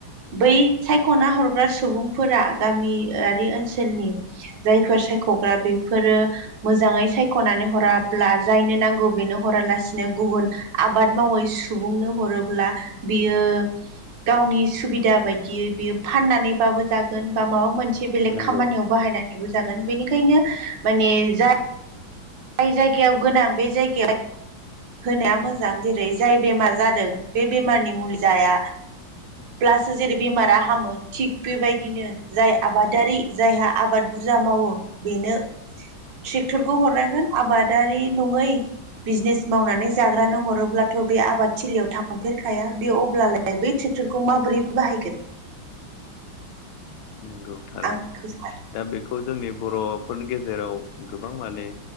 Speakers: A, on the right; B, on the left.
A: बै सायख'ना हरग्रा सुबुंफोरा गामियारि ओनसोलनि जायफोर सायख'ग्रा बेफोरो मोजाङै सायख'नानै हराब्ला जायनो नांगौ बेनो हरालासिनो गुबुन आबाद मावै सुबुंनो हरोब्ला बियो गावनि सुबिदा बायदियै बियो फाननानैबाबो जागोन बा माबा मोन। थि बेलेग
B: नंगौ
A: खामानियाव बाहायना दिहुनजागोन बेनिखायनो माने जाय जाय जायगायाव गोनां बे जायगायावहा होनाया मोजां जेरै जाय बेमार जादों बे बेमारनि मुलिजाया ब्लासो जेरै बेमारा हामो थिग बेबायदिनो जाय आबादारि जायहा आबाद बुरजा मावो बेनो ट्रेक्टरखौ हरनांगोन आबादारि नङै बिजनेस मावनानै जाग्रानो हरोब्लाथ' बे आबाद थिलियाव थांफेरखाया बे अब्लालाय बै ट्रेक्टरखौ माबोरै बाहायगोन।
B: नंगौ थारैनो
A: आं बेखौ सानो
B: दा बेखौ जोंनि बर'फोरनि गेजेराव गोबां माने